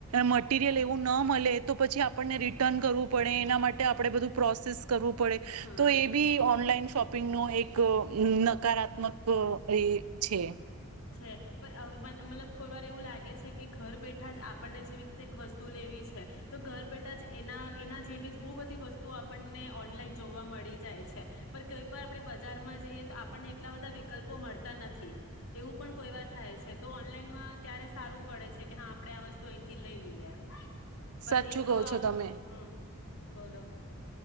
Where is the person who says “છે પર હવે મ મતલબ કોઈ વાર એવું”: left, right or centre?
Left